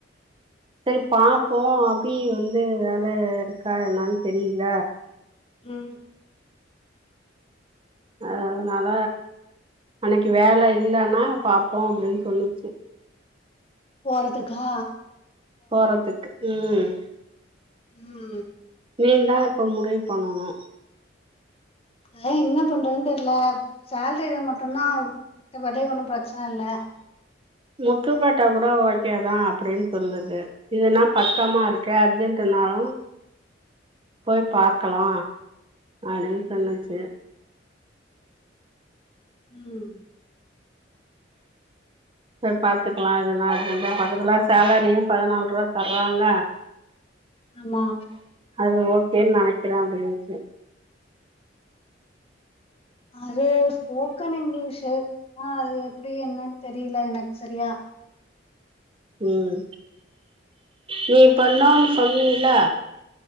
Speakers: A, on the right (about 30°); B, on the left (about 35°).
A: செரி பாப்போ அபி வந்து வேல இருக்கா என்னான் தெரியில
B: ம்
A: அதனால அன்னைக்கு வேல இல்லான்னா பாப்போ அப்டின் சொல்லுச்சி
B: போரதுக்கா
A: போரதுக்கு ம்
B: ம்
A: நீ தா இப்போ முடிவு பண்ணணு
B: அதான் என்ன பண்றதுனு தெர்ல சால்ரில மட்டுதா பத்தபடி ஒன்னு பிரச்சன இல்ல
A: முத்து பேட்ட கூட ஓகே தா அப்டின்னு சொல்லுது இதுன்னா பக்கமா இருக்கு அர்ஜென்ட்டுனாலு போய்
B: ம்
A: பாக்கலா அப்டின்னு சொல்லுச்சி
B: ம் ம்
A: செரி பாத்துக்கலா இதுனா இருக்கு பக்கத்துல சேலரியு பதினால் ரூவா தர்றாங்க
B: ஆமா
A: அது ஓகேன்னு நனைக்கிற அப்டின்னுச்சி
B: அது ஸ்போக்கன் இங்கிலீஷூ ஆ அது எப்டி என்னன்னு தெரில எனக்கு செரியா
A: ம் நீ பண்ணான் சொன்னீல்லா